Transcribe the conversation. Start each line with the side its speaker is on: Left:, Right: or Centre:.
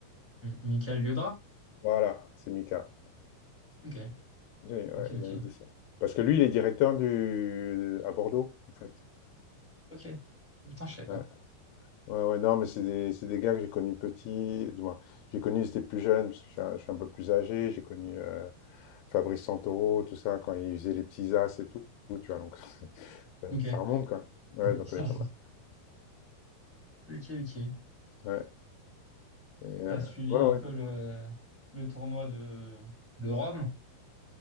Centre: M- Michael Liodra?
Left: Voilà, c'est Mika.
Centre: Ok.
Left: J'ai-
Centre: Ok,
Left: ouais,
Centre: ok.
Left: il m'avait dit ça. Parce que lui, il est directeur du... à Bordeaux, en fait.
Centre: Ok. Putain, je savais pas.
Left: Ouais. Ouais, ouais, non, mais c'est des, c'est des gars que j'ai connus petits, du moins, j'ai connu, ils étaient plus jeunes, parce que je suis un, je suis un peu plus âgé, j'ai connu euh, Fabrice Santoro, tout ça, quand ils faisaient les petits as et tout, tu vois, donc ça,
Centre: Ok.
Left: ça remonte quand même.
Centre: <laughs>
Left: Ouais, donc on est pas mal.
Centre: Ok, ok.
Left: Ouais, et, euh,
Centre: T'as suivi
Left: ouais,
Centre: un
Left: ouais.
Centre: peu le, le tournoi de, de Rome?